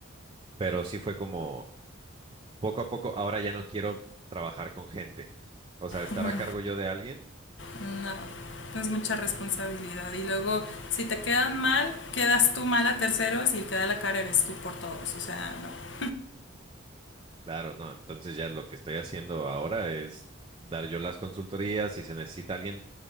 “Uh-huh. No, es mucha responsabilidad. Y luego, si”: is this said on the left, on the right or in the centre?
Left